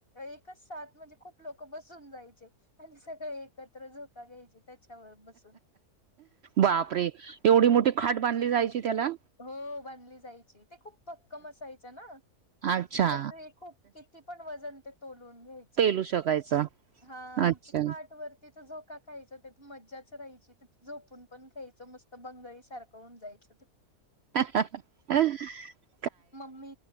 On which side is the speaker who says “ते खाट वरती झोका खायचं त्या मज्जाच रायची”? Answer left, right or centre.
Left